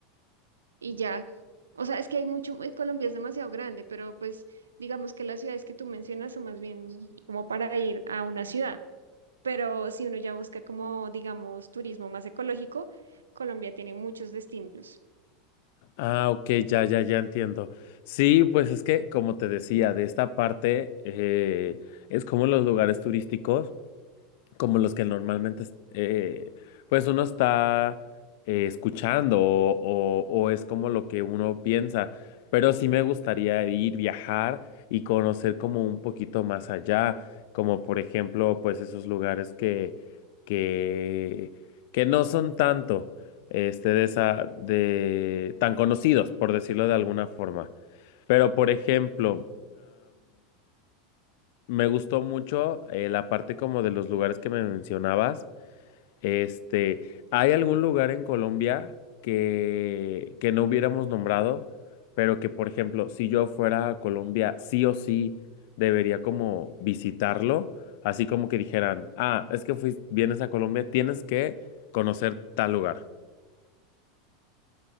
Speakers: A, on the right (about 75°); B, on the left (about 55°).
A: y ya, o sea, es que hay mucho, eh, Colombia es demasiado grande, pero pues digamos que las ciudades que tú mencionas son más bien como para ir a una ciudad. Pero si uno ya busca como, digamos, turismo más ecológico, Colombia tiene muchos destinos.
B: Ah, ok, ya, ya, ya entiendo. Sí, pues es que, como te decía, de esta parte eh, es como los lugares turísticos. como los que normalmente, eh, pues uno está eh, escuchando o, o- o es como lo que uno piensa, pero sí me gustaría ir, viajar y conocer como un poquito más allá, como por ejemplo, pues esos lugares que, que, que no son tanto, este, de esa, de, tan conocidos, por decirlo de alguna forma. Pero por ejemplo, me gustó mucho eh, la parte como de los lugares que me mencionabas. Este, ¿hay algún lugar en Colombia que, que no hubiéramos nombrado, pero que, por ejemplo, si yo fuera a Colombia, sí o sí debería como visitarlo? Así como que dijeran, ah, es que fuis- vienes a Colombia, tienes que conocer tal lugar.